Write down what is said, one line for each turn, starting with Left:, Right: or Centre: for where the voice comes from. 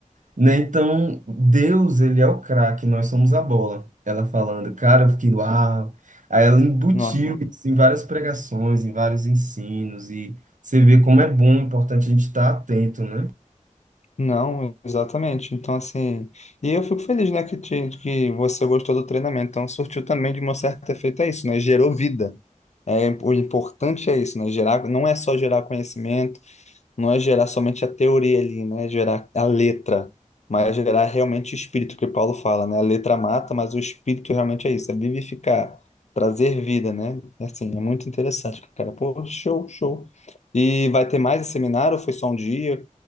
Right: Né? Então, Deus, ele é o craque, nós somos a bola. Ela falando, cara, eu fiquei, uau. Aí ela embutiu
Left: Nossa,
Right: isso em várias pregações, em vários ensinos, e você vê como é bom, importante a gente estar atento, né?
Left: não, exatamente. Então, assim, e eu fico feliz, né, que, te, que você gostou do treinamento. Então, surtiu também de uma certa efeito, é isso, né? Gerou vida. É, o importante é isso, né? Gerar, não é só gerar conhecimento, não é gerar somente a teoria ali, né? É gerar a letra, mas é gerar realmente o espírito, que o Paulo fala, né? A letra mata, mas o espírito realmente é isso, é vivificar, trazer vida, né? É Assim, é muito interessante, cara. Pô, show, show. E vai ter mais esse seminário? ou Foi só um dia?